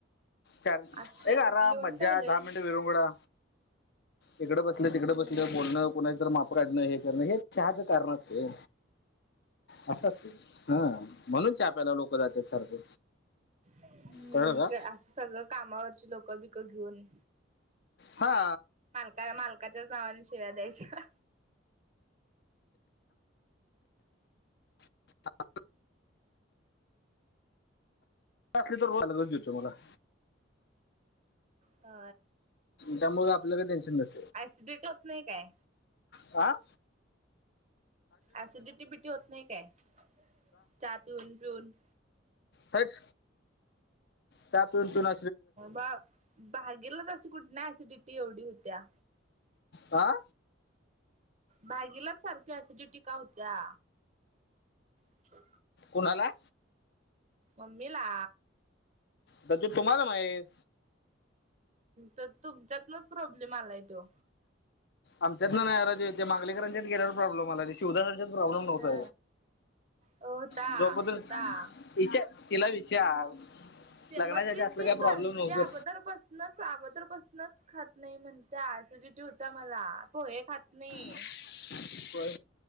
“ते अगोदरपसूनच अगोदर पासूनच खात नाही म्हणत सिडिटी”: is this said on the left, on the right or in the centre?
Right